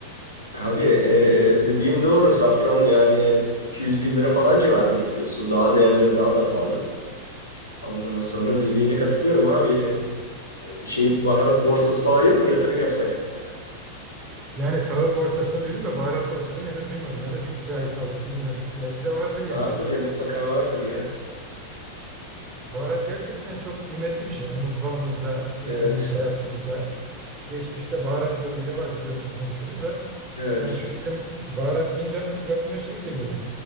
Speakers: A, on the left (about 85°); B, on the right (about 30°).
A: Abi e, dediğin doğru. Safran yani iki yüz bin lira falan civarında kilosu. Daha değerleri daha da pahalı. Ondan sonra dediğine katılıyorum abi. E, şey baharat borsası falan yok mu? Yatırım yapsak.
B: Yani tahıl borsasını duydum da baharat borsasını henüz duymadım ya da biz cahil kaldık bilmiyorum. Belki de vardır yani.
A: Vardır ya mutlaka vardır ya.
B: Baharat gerçekten çok kıymetli bir şey. Yani mutfağımızda, kültürümüzde,
A: Evet.
B: hayatımızda. Geçmişte baharat yolu bile var biliyorsun konuşuruz da.
A: Evet.
B: Yani şu bizim baharat deyince ilk aklıma şey geliyor.